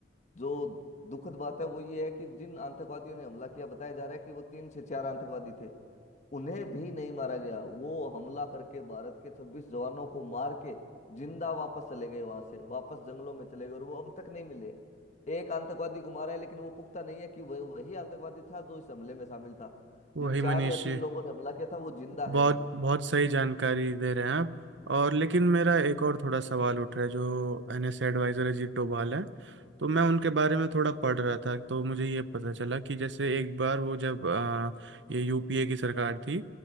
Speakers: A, on the left; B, on the right.
A: जो दुखद बात है वो ये है कि जिन आतंकवादियों ने हमला किया बताया जा रहा है कि वो तीन से चार आतंकवादी थे उन्हें भी नहीं मारा गया वो हमला करके भारत के छब्बीस जवानों को मार के जिंदा वापस चले गए वहां से वापस जंगलों में चले गए और वो अब तक नहीं मिले एक आतंकवादी को मारा है लेकिन वो पुख्ता नहीं है कि वह वही आतंकवादी था जो इस हमले में शामिल था
B: वही
A: जिन चार
B: मनीष
A: या
B: जी
A: तीन लोगों ने हमला किया था वो जिंदा
B: बहुत
A: है अभी
B: बहुत सही जानकारी दे रहे हैं आप और लेकिन मेरा एक और थोड़ा सवाल उठ रहा है जो एनएस एडवाइजर अजीत डोभाल है तो मैं उनके बारे में थोड़ा पढ़ रहा था तो मुझे ये पता चला कि जैसे एक बार वो जब अ, ये यूपीए की सरकार थी